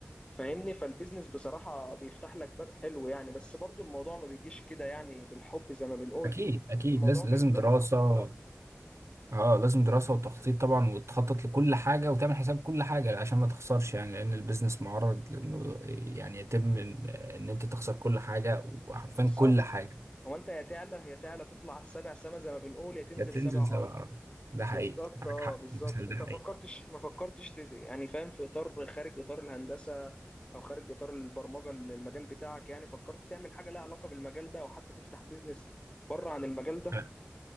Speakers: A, on the left; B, on the right.
A: فاهمني فالبيزنس بصراحة بيفتح لك باب حلو يعني بس برضه الموضوع ما بيجيش كده يعني بالحب زي ما بنقول
B: أكيد أكيد
A: الموضوع
B: لازم
A: بيلزمه
B: لازم دراسة
A: تخطيط اكتر
B: اه لازم دراسة وتخطيط طبعا وتخطط لكل حاجة وتعمل حساب كل حاجة عشان ما تخسرش يعني لأن البيزنس معرض لأنه يعني يتم إن إن أنت تخسر كل حاجة وحرفيا
A: بالظبط
B: كل حاجة
A: هو انت يا تعلى يا تعلى تطلع السبع سما زي ما بنقول يا تنزل
B: يا تنزل
A: سبع
B: سبعة
A: ارض
B: ده حقيقي
A: بالظبط
B: معاك
A: اه
B: حق
A: بالظبط
B: المثال
A: انت
B: ده حقيقي
A: فكرتش ما فكرتش تت- يعني فاهم في اطار خارج اطار الهندسه او خارج اطار البرمجه ال- المجال بتاعك يعني فكرت تعمل حاجه لها علاقه بالمجال ده او حتى تفتح بيزنس بره عن المجال ده
B: أنا